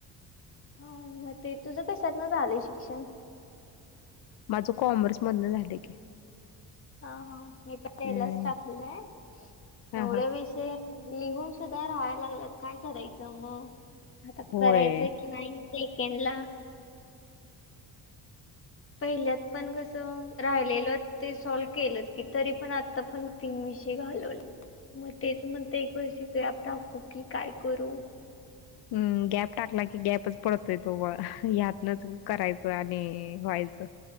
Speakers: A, on the left (about 35°); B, on the left (about 80°).
A: हं. म ते तुझं कशातन झालंय शिक्षण?
B: माझं कॉमर्स मधन झालय की.
A: हां. हां. मी पण तेलाच
B: हम्म
A: टाकलेलाय. एवढं
B: हा हा
A: विष - ते लिहून सुद्धा राहाय लागलेत. काय करायचं म? आता
B: होय
A: करायचंय की- नाही सेकंडला. पहिल्यात पण कस? राहिलेलं ते सॉल्व केलत की. तरी पण आत - -त्ता पण तीन विषय घालवले. मग तेच म्हणते. एक वर्षी गॅप टाकू की काय करू?
B: हम्. गॅप टाकला की गॅपच पडतोय तो <unintelligible> ह्यातनच करायचं आणि व्हायचं.